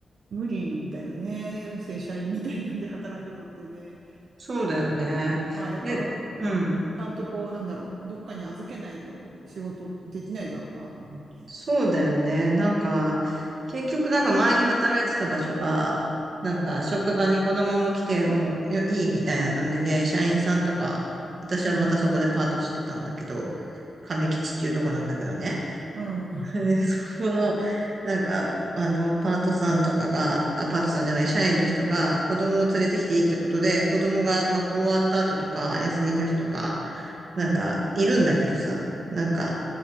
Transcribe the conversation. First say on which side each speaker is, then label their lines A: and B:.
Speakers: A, on the right; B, on the right.
A: 無理だよね。正社員みたいなんで働くのってね。
B: そうだよね。
A: まあ、やっぱ、
B: で、うん。
A: ちゃん、ちゃんとこう、なんだろう、どっかに預けないと仕事できないだろうなと思うね。
B: そうだよね。なんか、結局なんか前に働いてた場所が、なんか職場に子供も来てもうよいいみたいな感じで、社員さんとか、私はまたそこでパートしてたんだけど、
A: うん、
B: 亀吉っていうとこなんだけどね。
A: うん。
B: で、そこの、なんか、あの、パートさんとかが、あ、パートさんじゃない、社員の人が子供を連れてきていいってことで、子供が学校終わった後とか、休みの日とか、なんか、
A: うん。
B: いるんだけどさ、なんか、